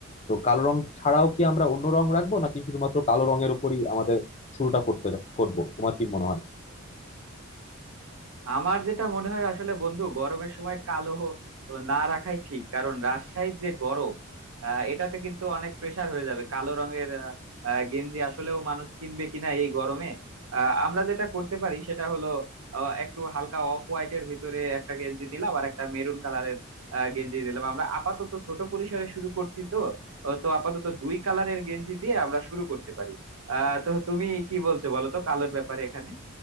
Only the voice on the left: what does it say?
তো কালো রং ছাড়াও কি আমরা অন্য রং রাখবো নাকি শুধুমাত্র কালো রঙের উপরই আমাদের শুরুটা করতে করবো তোমার কি মনে হয়